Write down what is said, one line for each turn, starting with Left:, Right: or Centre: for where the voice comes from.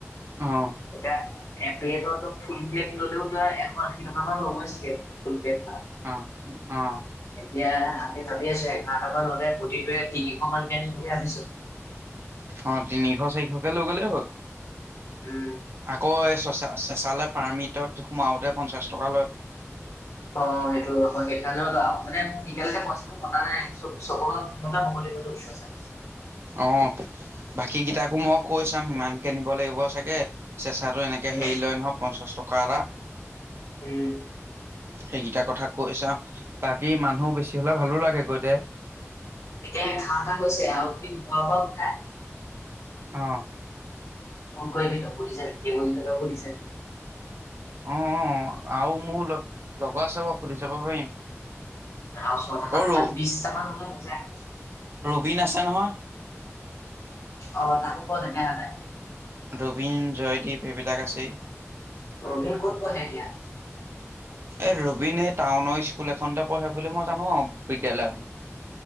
Right: অ',
Left: এতিয়া এপ্লেটো ফুল প্লেট ললেও তই এশ। লগব আছিলে ফুল প্লেট খাম।
Right: অ অহ।
Left: এতিয়া আমি ভাবি আছো এঘাৰটাামান হলে প্ৰতিটোৱে তিনিশ মানকে আনিম বুলি ভাবিছো।
Right: অ তিনি চাৰিশ লৈ গ'লে হ'ল।
Left: উম।
Right: আকৌ এই চচা চেচালে পাৰ্মিটত সোমাওঁতে পঞ্চাশ টকা লয়
Left: অ সেইটো আকৌ সেইটো কাৰণেও মানে এতিয়ালৈকে পইচাটো মতা নাই চ চব মতে হ'ব লাগিব টো পইচাটো
Right: অ বাকী কেইটাকো মই কৈ চাম সিমান কিনিব লাগিব চাগে চেচাটো এনেকে
Left: উম
Right: হেৰি লয় নহয় পঞ্চাশ টকা এটা
Left: উম,
Right: সেইকেইটা কথা কৈ চাম বাকী মানুহ বেছি হ'লে ভালো লাগে গৈ দে
Left: এতিয়া এখা এটা হৈছে আৰু কি খোৱা বোৱা গোটা
Right: অ
Left: ফোন কৰিবি তই সুধি চাবি
Right: অ অ আৰু মোৰ ল লগৰ আছে বাৰু সুধি চাব পাৰিম
Left: আৰু ছটা সাতটাত
Right: অ', ৰ
Left: বিশটা মান হ'লে হৈ যায়
Right: বিন আছে নহয়
Left: অ তাকো কল এটা হে
Right: ৰবিন জয়দ্বীপ এইবিলাক আছেই
Left: ৰবিণ ক'ত পঢ়ে এতিয়া
Right: এ ৰবিনে টাউনৰ স্কুল এখনতে পঢ়ে বুলি মই জানো আৱ বিদ্যয়ালয়‌ এখন